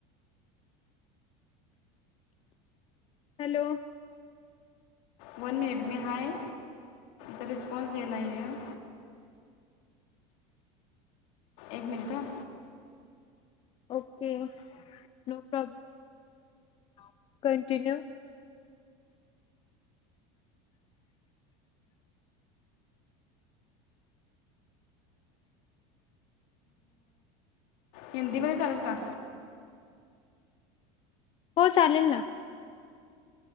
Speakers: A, on the left (about 35°); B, on the left (about 70°).
A: हॅलो
B: वन मिनिट मे हाय तर रिस्पॉन्स द नाही आहे एक मिनिट ह
A: ओके नो प्रॉब्लेम कंटिन्यू
B: हिंदीमध्येध्ये चालल का
A: हो चालेल ना